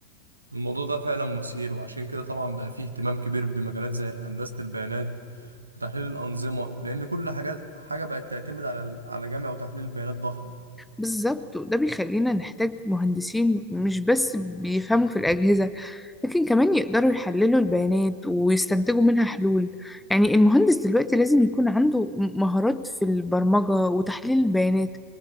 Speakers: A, on the right; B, in the centre.
A: الموضوع ده فعلا مثير وعشان كده طبعا بقى فيه اهتمام كبير بمجالات زي هندسة البيانات وتحليل الأنظمة لأن كل حاجة حاجة بقت تعتمد على على جمع وتحليل بيانات ضخم
B: بالظبط وده بيخلينا نحتاج مهندسين مش بس بيفهموا في الأجهزة لكن كمان يقدروا يحللوا البيانات ويستنتجوا منها حلول يعني المهندس دلوقتي لازم يكون عنده م- مهارات في البرمجة وتحليل البيانات